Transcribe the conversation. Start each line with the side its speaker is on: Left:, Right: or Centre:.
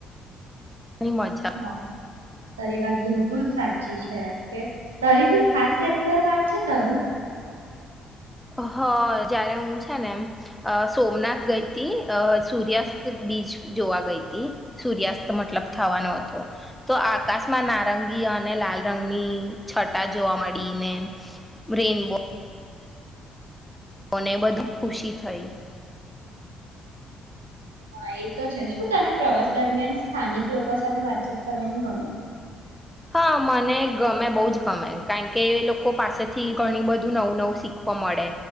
Centre: ઘની મજા.
Right: હા તારી વાત બિલકુલ સાચી છે એમ કે તારી કોઈ ખાસ યાદગાર વાત છે તારી.
Centre: હ જયારે હું છે ને અ સોમનાથ ગઈ હતી અ સૂર્યાસ્ત બીચ જોવા ગઈ તી સૂર્યાસ્ત મતલબ થવાનો હતો તો આકાશમાં નારંગી અને લાલ રંગની છટા જોવા મળીને રેનબો મને બધું ખુશી થઈ.
Right: હા એ તો છે શું તને પ્રવાસ દરમિયાન સ્થાનિક લોકો સાથે વાતચીત કરવાનું ગમે?
Centre: હા મને ગમે બહુ જ ગમે કારણ કે એ લોકો પાસેથી ઘણી બધું નવું નવું શીખવા મળે